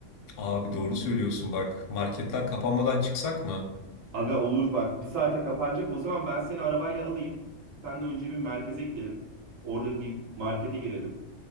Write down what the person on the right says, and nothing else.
Aga olur bak bir saate kapanacak. O zaman ben seni arabayla alayım. Seninle önce bir merkeze gidelim. Orada bir markete girelim.